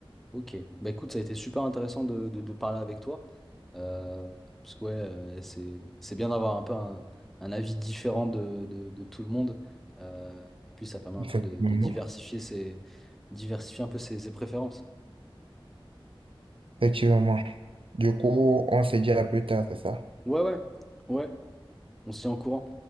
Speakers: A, in the centre; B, on the right (about 70°).
A: Ok. Bah écoute, ça a été super intéressant de, de- de parler avec toi. Euh, parce que ouais, euh, c'est, c'est bien d'avoir un peu un, un avis différent de, de- de tout le monde. Euh, et puis ça permet
B: Effectivement.
A: un peu de, de diversifier ses, diversifier un peu ses ses préférences.
B: Effectivement. Du coup, on se dit à plus tard, c'est ça?
A: Ouais, ouais. Ouais. On se tient au courant.